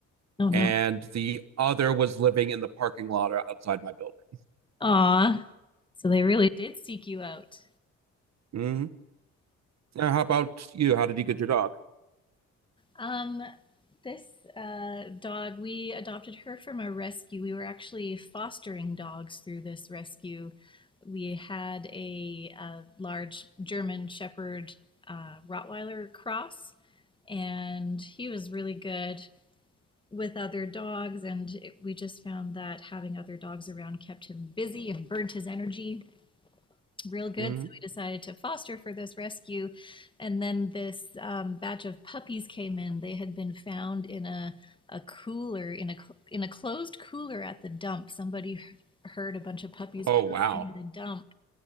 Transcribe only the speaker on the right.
and
the other was living in the parking lot outside my building.
hmm Yeah, how about you? How did you get your dog?
hmm
Oh,
wow.